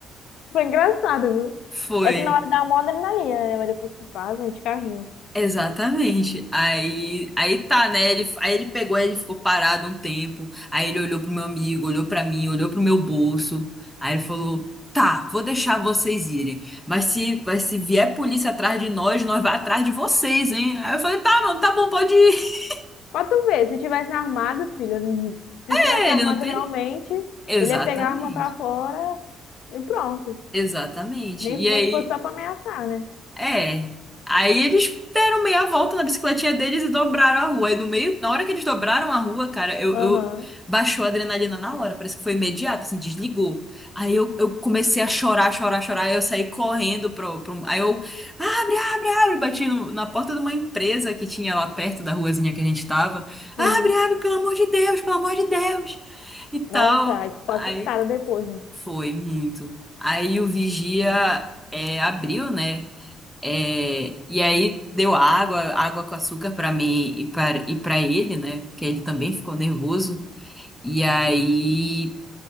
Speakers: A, on the left; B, in the centre.
A: foi engraçado, viu?
B: <laughs> foi.
A: É que na hora dá uma adrenalina, né? Mas depois que passa, a gente carrinha.
B: Exatamente. Aí, aí tá, né? Ele, aí ele pegou, aí ele ficou parado um tempo. Aí ele olhou pro meu amigo, olhou pra mim, olhou pro meu bolso. Aí ele falou: "Tá, vou deixar vocês irem, mas se, mas se vier polícia atrás de nós, nós vai atrás de vocês, hein?" Aí eu falei: "Tá, mano, tá bom, pode ir."
A: Pra tu ver, se tivesse armado, filho, se
B: <laughs>
A: tivesse
B: Ele
A: armado
B: não tem.
A: realmente,
B: Exatamente.
A: ele ia pegar a arma pra fora e pronto.
B: Exatamente.
A: Nem,
B: E
A: nem
B: aí
A: que fosse só pra ameaçar, né?
B: É. Aí eles deram meia volta na bicicletinha deles e dobraram a rua. E no meio, na hora que eles dobraram a rua, cara, eu,
A: Aham,
B: eu baixou a adrenalina na hora, parece que foi imediato, assim, desligou. Aí eu, eu comecei a chorar, chorar, chorar. Aí eu saí correndo pro, pro... Aí eu, abre, abre, abre, bati no- na porta de uma empresa que tinha lá perto da ruazinha que a gente tava.
A: sim.
B: Abre, abre, pelo amor de Deus, pelo amor de Deus. E tal.
A: Nossa, aí tu ficou
B: Aí
A: assustada depois, né?
B: foi muito. Aí o vigia
A: Imagina.
B: é, abriu, né? É, e aí deu água, água com açúcar para mim e para e para ele, né? Porque ele também ficou nervoso. E aí